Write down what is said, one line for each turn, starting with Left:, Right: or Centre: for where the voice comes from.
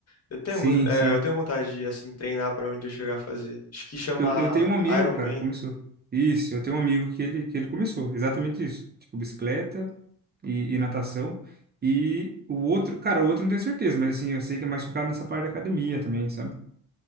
Left: Eu tenho,
Right: Sim,
Left: gos- é,
Right: sim.
Left: eu tenho vontade de assim, treinar para onde eu chegar a fazer. Acho que chama
Right: Eu, eu tenho um amigo,
Left: Ironman
Right: cara, que começou. Isso, eu tenho um amigo que ele, que ele começou. Exatamente isso. Tipo, bicicleta e, e natação. E o outro, cara, o outro não tenho certeza, mas assim, eu sei que é mais focado nessa parte da academia também, sabe?